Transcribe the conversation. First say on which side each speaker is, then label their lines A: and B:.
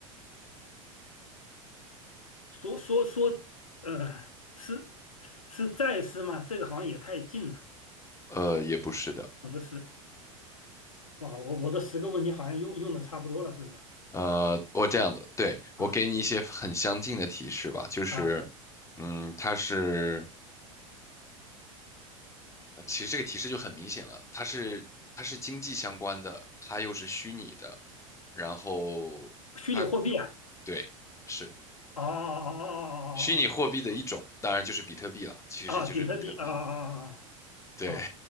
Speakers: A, on the left; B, on the left.
A: 说说说，呃，是是再师吗？这个好像也太近了，
B: 呃，也不是的，
A: 也不是。哇，我我的十个问题好像用用的差不多了，是不是？
B: 呃，我这样的，对，我给你一些很相近的提示吧，
A: 啊
B: 就是，
A: 啊，
B: 嗯，它是，呃其实这个提示就很明显了，它是它是经济相关的，它又是虚拟的，然后它
A: 虚拟货币啊，
B: 对。是。
A: 哦哦哦哦哦
B: 虚拟货币的一种，当然就是比特币了，其实就是比特币。
A: 哦，啊，比特币啊啊啊
B: 对，
A: 啊